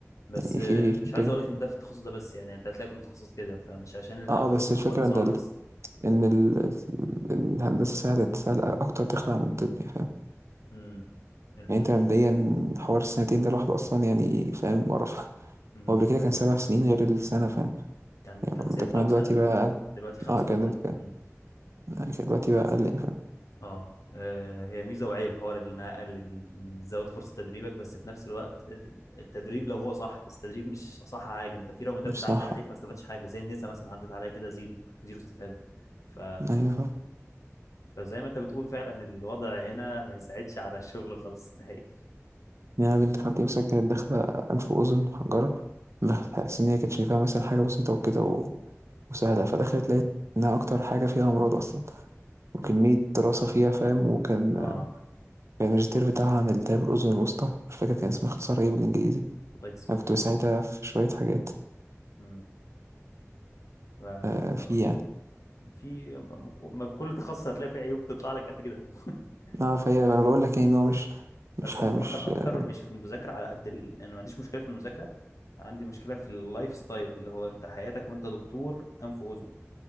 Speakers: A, on the left; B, on the right.
A: بس
B: في
A: آه،
B: في ايه
A: مش
B: في كده
A: عايز اقول لك ان ده في التخصص ده بس يعني انت هتلاقي كل تخصص كده فمش عشان الانف
B: اه آه، بس
A: واذن
B: الفكرة
A: هو اللي صعب
B: ان ال...
A: بس
B: ان ال... ال- الهندسة سهلة سهلة اكتر تخلع من الطب يعني فاهم
A: امم ال...
B: يعني انت مبدئيا حوار السنتين ده لوحده اصلا يعني فاهم مقرف
A: مم.
B: هو قبل كده
A: فعلا
B: كان سبع سنين غير السنة فاهم
A: كان
B: يعني
A: كان ستة
B: ده كمان
A: وسنة
B: دلوقتي بقى أقل.
A: دلوقتي خمسة
B: اه كان
A: واتنين
B: كان
A: مم.
B: آه، كان دلوقتي بقى اقل يعني فاهم
A: اه آه، هي ميزة وعيب حوار اللي انها قلت دي مم. بتزود فرصة تدريبك بس في نفس الوقت التدريب لو هو صح بس التدريب مش اصح حاجة انت في راوندات
B: مش
A: بتعدي
B: صح
A: عليك ما استفادتش حاجة زي النساء مثلا عدت عليها كده زيرو زيرو استفادة ف
B: ايوه فاهم
A: فزي ما انت بتقول فعلا الوضع هنا ما يساعدش على الشغل خالص نهائي
B: يعني أنا بنت خالتي مثلا كانت داخلة أنف وأذن محجرة بحس إن هي كانت شايفاها مثلا حاجة بسيطة وكده و- وسهلة فدخلت لقيت إنها أكتر حاجة فيها أمراض أصلا وكمية
A: <laughs>
B: دراسة فيها فاهم وكان
A: اه
B: يعني الماجستير بتاعها عن التهاب الأذن الوسطى مش فاكر كان اسمها اختصار ايه بالإنجليزي
A: اوتيتس
B: أنا
A: ميديا
B: كنت بساعدها في شوية حاجات
A: امم ف- آه،
B: آه فيه يعني
A: في ما في كل تخصص هتلاقي فيه عيوب تطلع لك قد كده اهو <laughs>
B: اه فهي أنا بقول لك يعني إن هو مش مش
A: بس
B: حاجة
A: انا بفكر
B: مش
A: اكتر
B: آه
A: مش في المذاكره على قد ال... انا ما عنديش مشكله في المذاكره عندي مشكله في اللايف ستايل اللي هو انت حياتك وانت دكتور انف واذن